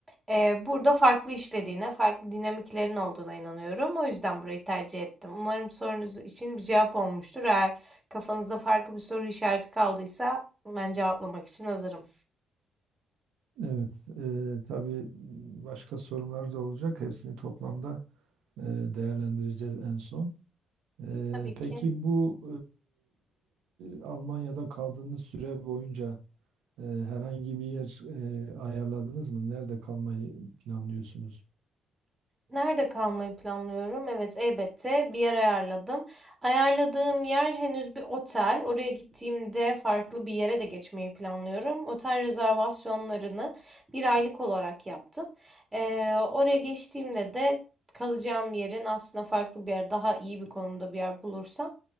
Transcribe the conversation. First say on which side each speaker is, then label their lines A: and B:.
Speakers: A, on the right; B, on the right.
A: eee, burada farklı işlediğine, farklı dinamiklerin olduğuna inanıyorum. O yüzden burayı tercih ettim. Umarım sorunuz için bir cevap olmuştur. Eğer kafanızda farklı bir soru işareti kaldıysa ben cevaplamak için hazırım.
B: Evet, e, tabii başka sorunlar da olacak. Hepsini toplamda e, değerlendireceğiz en son. E,
A: Tabii
B: peki
A: ki.
B: bu e, Almanya'da kaldığınız süre boyunca e, herhangi bir yer e, ayarladınız mı? Nerede kalmayı planlıyorsunuz?
A: Nerede kalmayı planlıyorum? Evet, elbette bir yer ayarladım. Ayarladığım yer henüz bir otel. Oraya gittiğimde farklı bir yere de geçmeyi planlıyorum. Otel rezervasyonlarını bir aylık olarak yaptım. Ee, oraya geçtiğimde de kalacağım yerin aslında farklı bir yer, daha iyi bir konumda bir yer bulursam